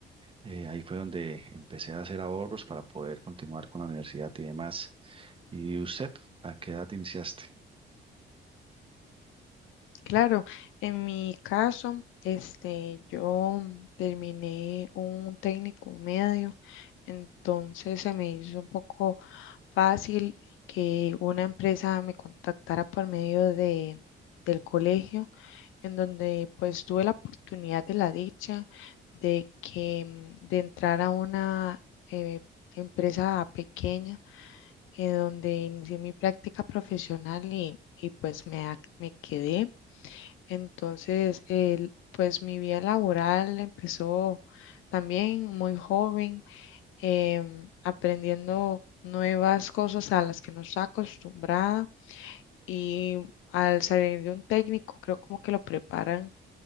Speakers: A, on the right; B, on the left.
A: Eh, ahí fue donde empecé a hacer ahorros para poder continuar con la universidad y demás. ¿Y usted, a qué edad iniciaste?
B: Claro, en mi caso, este, yo terminé un técnico medio, entonces se me hizo un poco fácil que una empresa me contactara por medio de, del colegio, en donde pues tuve la oportunidad de la dicha de que mm, de entrar a una eh, empresa pequeña, en donde inicié mi práctica profesional y, y pues me, ac- me quedé. Entonces, el- pues mi vida laboral empezó también muy joven, em, aprendiendo nuevas cosas a las que no estaba acostumbrada y al salir de un técnico, creo como que lo preparan